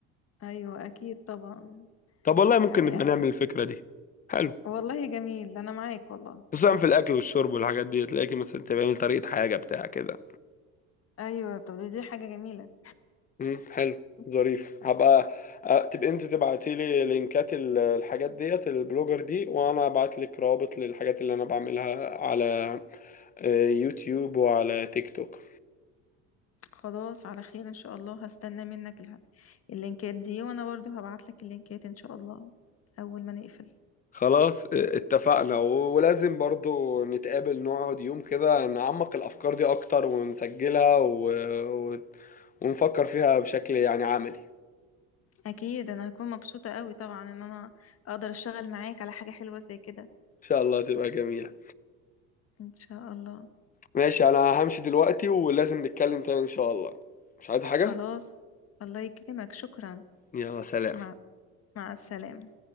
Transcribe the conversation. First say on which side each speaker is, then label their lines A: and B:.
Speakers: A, on the left; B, on the left.
A: أيوة أكيد طبعا
B: طب والله ممكن
A: يعني
B: نبقى نعمل الفكرة دي حلو
A: والله جميل انا معاك والله
B: خصوصا في الاكل والشرب والحاجات دي تلاقيكي مثلا تعملي طريقة حاجة بتاع كده
A: ايوه طب دي, دي حاجه جميله
B: امم حلو ظريف هبقى آه، تبقى انت تبعتي لي لينكات ال- الحاجات ديت البلوجر دي وانا ابعت لك رابط للحاجات اللي انا بعملها على آه، يوتيوب وعلى تيك توك
A: خلاص على خير ان شاء الله هستنى منك الح- اللينكات دي وانا برضو هبعت لك اللينكات ان شاء الله اول ما نقفل
B: خلاص اه، اتفقنا ولازم برضو نتقابل نقعد يوم كده نعمق الأفكار دي أكتر ونسجلها و... و... ونفكر فيها بشكل يعني عملي
A: اكيد انا هكون مبسوطه قوي طبعا ان انا اقدر اشتغل معاك على حاجه حلوه زي كده
B: إن شاء الله تبقى جميلة
A: ان شاء الله
B: ماشي أنا همشي دلوقتي ولازم نتكلم تاني إن شاء الله مش عايز حاجة؟
A: خلاص الله يكرمك شكرا
B: يلا سلام
A: مع مع السلامه